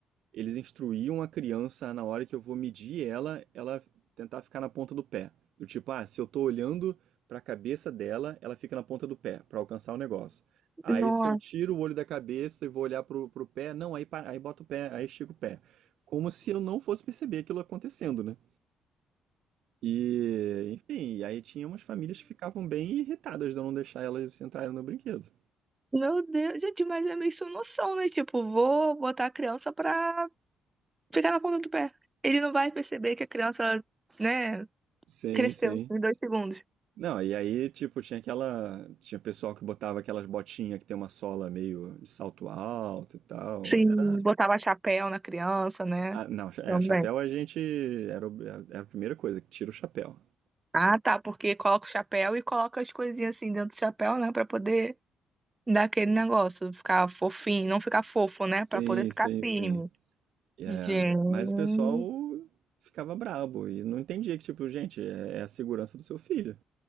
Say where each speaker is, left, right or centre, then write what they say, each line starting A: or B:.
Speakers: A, on the right; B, on the right.
A: Eles instruíam a criança a, na hora que eu vou medir ela, ela tentar ficar na ponta do pé. Do tipo, ah, se eu tô olhando pra cabeça dela, ela fica na ponta do pé pra alcançar o negócio. Aí
B: Nossa.
A: se eu tiro o olho da cabeça e vou olhar pro, pro pé, não, aí, pa- aí boto o pé, aí estico o pé. Como se eu não fosse perceber aquilo acontecendo, né? E, enfim, aí tinha umas famílias que ficavam bem irritadas de eu não deixar elas entrarem no brinquedo.
B: Meu Deus, gente, mas é meio sem noção, né? Tipo, vou botar a criança pra ficar na ponta do pé. Ele não vai perceber que a criança, né,
A: Sim,
B: cresceu
A: sim.
B: em dois segundos.
A: Não, e aí, tipo, tinha aquela. Tinha pessoal que botava aquelas botinhas que tem uma sola meio de salto alto e tal.
B: Sim,
A: Era.
B: botava chapéu na criança, né?
A: Ah, não, é,
B: Também.
A: chapéu a gente. Era, o- era a primeira coisa, que tira o chapéu.
B: Ah, tá, porque coloca o chapéu e coloca as coisinhas assim dentro do chapéu, né, pra poder dar aquele negócio, ficar fofinho, não ficar fofo, né,
A: Sim,
B: pra poder ficar
A: sim,
B: firme.
A: sim. E É,
B: Gente.
A: mas o pessoal ficava brabo e não entendia que, tipo, gente, é, é a segurança do seu filho.